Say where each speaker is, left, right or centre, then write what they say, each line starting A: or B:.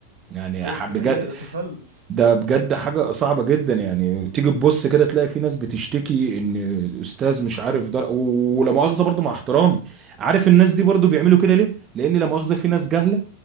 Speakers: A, on the right (about 30°); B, on the right (about 75°).
A: يعني
B: ايوه
A: ح-
B: دي
A: بجد
B: حقيقه ده تخلف
A: ده بجد حاجة صعبة جدا يعني تيجي تبص كده تلاقي في ناس بتشتكي ان الاستاذ مش عارف در... و- ولا مؤاخذة برضو مع احترامي عارف الناس دي برضو بيعملوا كده ليه؟ لان لا مؤاخذة في ناس جهلة